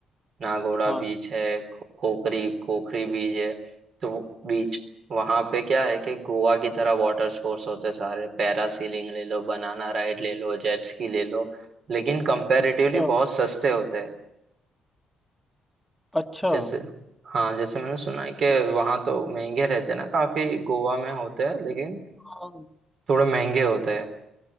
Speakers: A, on the right (about 60°); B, in the centre.
A: नागोड़ा
B: हाँ हाँ,
A: बीच है खो- खोखरी खोखरी बीच है तो वो बीच वहां पे क्या है कि गोवा की तरह वाटर स्पोर्ट्स होते सारे पैरासीलिंग ले लो बनाना राइड ले लो जेट स्की ले लो लेकिन कंपैरेटिवली
B: अच्छा
A: बहुत सस्ते होते हैं
B: अच्छा
A: जैसे हाँ जैसे मैंने सुना है कि वहाँ तो महंगे रहते हैं ना काफी गोवा में होते हैं लेकिन
B: हाँ
A: थोड़े महंगे होते हैं